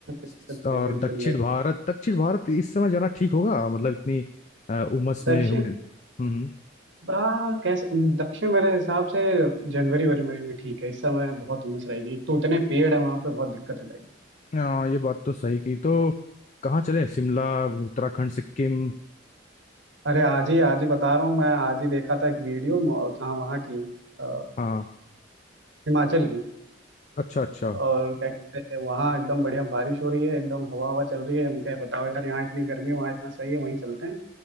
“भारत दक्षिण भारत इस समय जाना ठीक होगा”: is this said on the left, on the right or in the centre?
Left